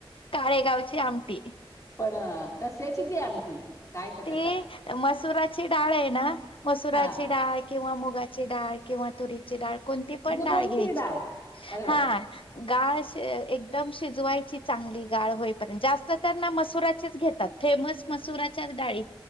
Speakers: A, on the left (about 70°); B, on the left (about 35°).
A: काळेगावची आमटी.
B: पण कश्याची ती आमटी? काय त्याच्यात
A: ते मसुरा ची ची डाळ आहे ना मसुराची
B: हा
A: डाळ किंवा मुगाची डाळ किंवा तुरीची डाळ कोणती पण
B: म्हणजे
A: डाळ
B: कोणती
A: घ्यायची
B: डाळ अरे वा
A: हा गाळ एक एकदम शिजवायची चांगली गाळ होईपर्यंत जास्त त्यांना मसुराचीच घेतात फेमस मसुरा चार डाळी